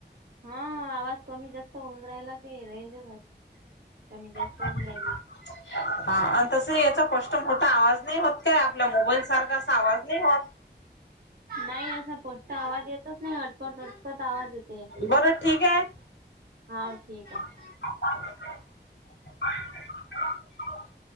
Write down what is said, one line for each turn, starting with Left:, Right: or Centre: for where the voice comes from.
Right: हा आवाज कमीत जास्त होऊन राहिला. ते रेंजच असे कमीत जास्त.
Left: <inaudible>
Right: होऊन राहिली.
Left: हा आणि तसं ही यांचा स्पष्ट मोठ आवाज नाही होतं. काय आपल्या मोबाईल सारखा अस आवाज नाही होतं. <inaudible>
Right: नाही असा स्पष्ट आवाज येतच नाही. अटकत अटकत आवाज येते.
Left: बरं ठीक आहे.
Right: हां ठीक आहे.
Left: <inaudible>